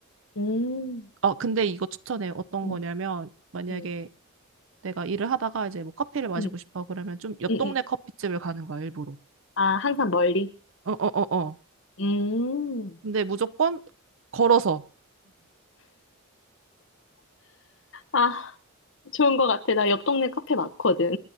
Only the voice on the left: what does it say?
음,
응,
응,
응,
응,
응.
아, 항상 멀리?
음.
아, 좋은 것 같아. 나 옆 동네 카페 많거든.